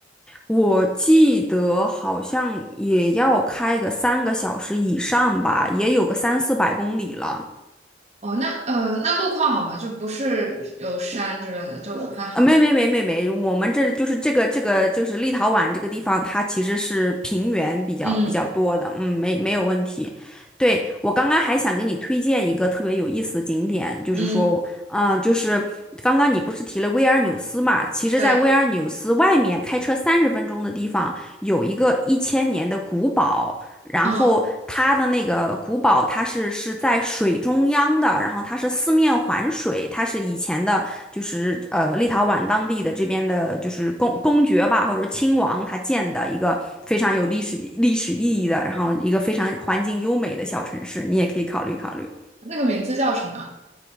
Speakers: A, in the centre; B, on the right.
A: 我记得好像也要开个三个小时以上吧，也有个三四百公里了。
B: 哦，那呃那路况好吗？就不是有山之类的，就还好。
A: 啊，没没没没没，我们这就是这个这个就是立陶宛这个地方，它其实是平原比较比较多的，
B: 嗯
A: 嗯，没没有问题。对，我刚刚还想给你推荐一个特别有意思的景点，就是说，
B: 嗯，
A: 嗯、就是刚刚你不是提了维尔纽斯嘛？其实，
B: 对，
A: 在维尔纽斯外面开车三十分钟的地方，有一个一千年的古堡，然后它的那个古堡，
B: 嗯，
A: 它是是在水中央的，然后它是四面环水，它是以前的。就是呃立陶宛当地的这边的，就是公公爵吧，或者说亲王他建的一个非常有历史历史意义的，然后一个非常环境优美的小城市，你也可以考虑考虑
B: 那个名字叫什么？